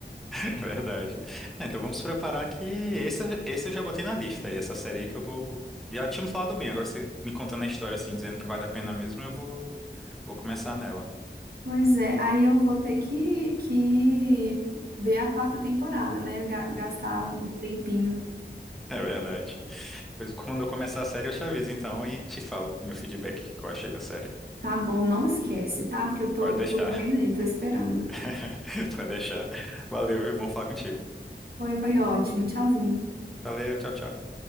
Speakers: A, in the centre; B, on the right (about 55°).
A: <laughs> verdade. Ah, então vamos preparar que esse, esse eu já botei na lista. E essa série aí que eu vou. Já tinha me falado bem, agora você me contando a história assim, dizendo que vale a pena mesmo, eu vou, vou começar nela. <laughs>
B: Pois é, aí eu vou ter que, que ver a quarta temporada, né? Ga- Gastar um, um tempinho.
A: É verdade. Pois quando eu começar a série, eu te aviso então e te falo o meu feedback, o que que eu achei da série.
B: Tá bom, não esquece, tá? Porque eu tô,
A: Pode deixar.
B: tô vendo aí, tô esperando.
A: <laughs> Pode deixar. Valeu, viu? Bom falar contigo.
B: Foi, foi ótimo. Tchauzinho.
A: Valeu, tchau, tchau.